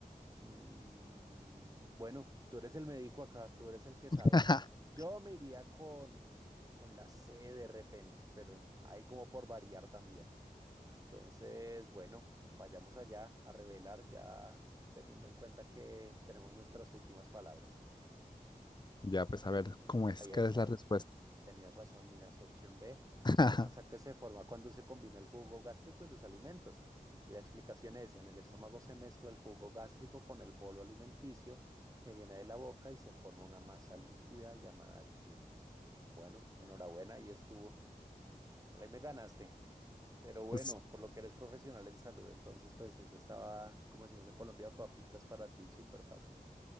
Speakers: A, on the right; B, on the left.
A: Mm, bueno, tú eres el médico acá, tú eres el que sabes.
B: <laughs>
A: Yo me iría con, con la C de repente, pero ahí como por variar también. Entonces, bueno, vayamos allá a revelar ya teniendo en cuenta que tenemos nuestras últimas palabras.
B: ya, pues a ver, ¿cómo es?
A: Ahí
B: ¿Qué
A: ahí está.
B: es la respuesta?
A: Tenías razón, mira, su opción B,
B: <laughs>
A: la masa que se forma cuando se combina el jugo gástrico y los alimentos. Y la explicación es, en el estómago se mezcla el jugo gástrico con el bolo alimenticio que viene de la boca y se forma una masa líquida llamada quimo. Bueno, enhorabuena, ahí estuvo. Ahí me ganaste. Pero bueno,
B: Pues,
A: por lo que eres profesional en salud, entonces pues eso estaba, como decimos en Colombia, papitas para ti, súper fácil.